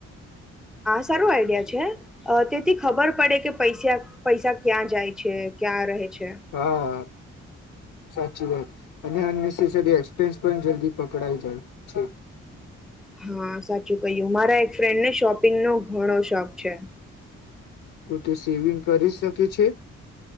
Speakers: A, in the centre; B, on the left.
A: આ સારો આઈડિયા છે! અ તેથી ખબર પડે કે પૈસ્યા, પૈસા ક્યાં જાય છે?, ક્યાં રહે છે?
B: હા. સાચી વાત, અને અનનેસેસરી એક્સપેન્સ પણ જલ્દી પકડાઈ જાય છે.
A: હા, સાચું કહ્યું મારા એક ફ્રેન્ડને શોપિંગ નો ઘણો શોખ છે.
B: તો તે સેવિંગ કરી સકે છે?